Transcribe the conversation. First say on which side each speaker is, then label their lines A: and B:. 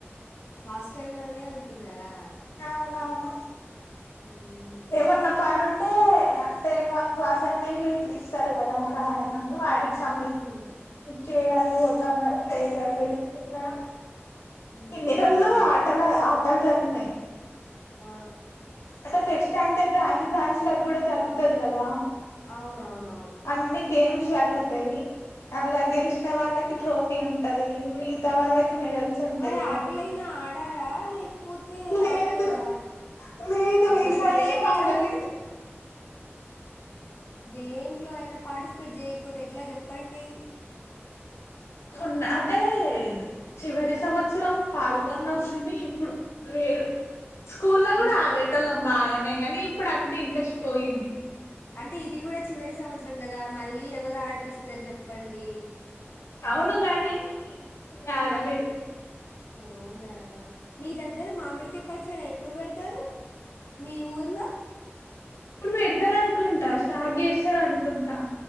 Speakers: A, on the left; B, on the left.
A: హాస్టల్ లోనే ఉంటున్నారా
B: అవునవును కుప్పు
A: మ్మ్హ్మ్.
B: ఏ మన్న పను అంటే అంటే మాకు అసైన్మెంట్ ఇస్తారు కదా రాయమ అ అది చ
A: మ్మ్.
B: చేయడానికి పోతాన్నారు సైగారు మ
A: మ్మ్హ్మ్.
B: హిందిలల్లో ఆటల ఆ జరిగిన్నాయి
A: ఆ
B: అంటే ఫెస్ట్ అంటే బ్రాంచ్ బ్రాంచ్ లకు కూడా జరుగుతుంది కదా
A: అవునవును
B: అన్ని గేమ్స్ జరుగుతాయి అలా గెలిచిన వాళ్ళకి ట్రోఫీ ఉంటది మిగతా వాళ్ళకి మెడల్స్ ఉంటాయి
A: మరి ఆటలైనా
B: అట్లా
A: ఆడారా లేకపోతే
B: లేదు
A: ఆడలేదా
B: లేదు
A: అయ్యా
B: ఈసారి
A: దేంట్లో
B: ఏం ఆడలేదు
A: దేంట్లో అయినా పార్టిసిపేట్ చేయకపోతే ఎట్లా చెప్పండి
B: కొన్న అంటే చివరి సంవత్సరం పాల్గొన్నాం సని ఇప్పుడు లేదు స్కూల్ లో కూడా
A: ఈ
B: ఆడేటోళ్లం
A: ఈ-
B: బాగానే కానీ ఇప్పుడు అంత ఇంట్రెస్ట్ పోయింది
A: అంటే ఇది కూడా చివరి సంవత్సరం కదా మళ్ళీ ఎవరు ఆడు ఇప్పిస్తారు చెప్పండి
B: అవును గాని ఆడలేదు
A: అవునా మీ దగ్గర మామిడికాయ పచ్చడా ఎప్పుడు పెడతారు మీ ఊర్లో
B: ఇప్పుడు పెడతారు అనుకుంటా స్టార్ట్ చేస్తార అనుకుంటా